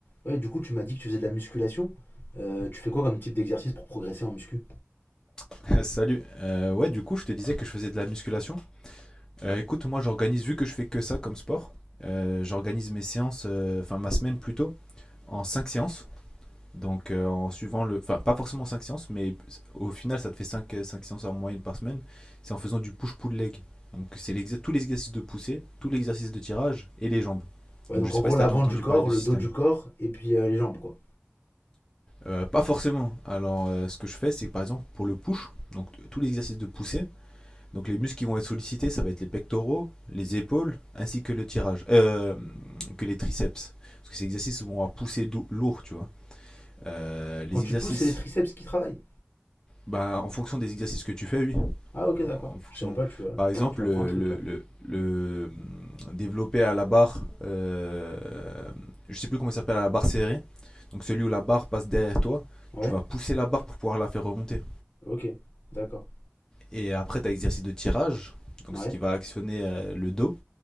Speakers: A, on the left (about 60°); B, on the left (about 15°).
A: Ouais, du coup, tu m'as dit que tu faisais de la musculation. Euh, tu fais quoi comme type d'exercice pour progresser en muscu
B: <laughs> Salut. Euh, ouais, du coup, je te disais que je faisais de la musculation. Euh, écoute, moi, j'organise, vu que je fais que ça comme sport, euh, j'organise mes séances, euh, enfin ma semaine plutôt, en 5 séances. Donc, euh, en suivant le. Enfin, pas forcément 5 séances, mais au final, ça te fait cinq, euh, cinq séances en moyenne par semaine. C'est en faisant du push-pull leg. Donc, c'est l'exer- tous les exercices de poussée, tous les exercices de tirage et les jambes.
A: Ouais,
B: Donc,
A: donc
B: je sais
A: en gros,
B: pas si
A: l'avant
B: tu as déjà entendu
A: du corps,
B: parler de
A: le
B: ce système.
A: dos du corps, et puis euh, les jambes, quoi.
B: Euh, pas forcément. Alors, euh, ce que je fais, c'est que, par exemple, pour le push, donc tous les exercices de poussée, Donc les muscles qui vont être sollicités, ça va être les pectoraux, les épaules, ainsi que le tirage, euh, que les triceps. Parce que ces exercices vont avoir poussé lourd, tu vois. Euh, les
A: Quand tu
B: exercices,
A: pousses, c'est les triceps qui travaillent.
B: bah, en fonction des exercices que tu fais, oui.
A: Ah, ok, d'accord.
B: En fonction,
A: Je savais pas, tu vois.
B: par exemple,
A: Tu m'apprends
B: le,
A: un truc,
B: le,
A: là.
B: le- le, hum, développer à la barre, euh, je sais plus comment il s'appelle, à la barre serrée. Donc celui où la barre passe derrière toi,
A: Ouais,
B: tu vas pousser la barre pour pouvoir la faire remonter.
A: ok, d'accord.
B: Et après, tu as l'exercice de tirage, donc
A: Ouais,
B: ce qui va actionner euh, le dos